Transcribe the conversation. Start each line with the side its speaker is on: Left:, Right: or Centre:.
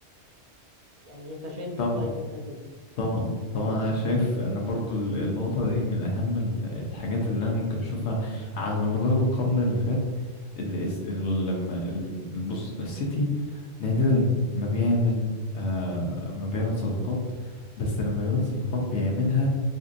Right: يعني انت شايف
Left: طبعا
Right: ايه طيب في الحته دي
Left: طبعا طبعا انا شايف ان برضو ال- النقطة دي من اهم ال- الحاجات اللي انا ممكن اشوفها على مدار القرن اللي فات اللي اس- ال- لما ال- بص السيتي نادرا ما بيعمل آه ما بيعمل صفقات بس لما بيعمل صفقات بيعملها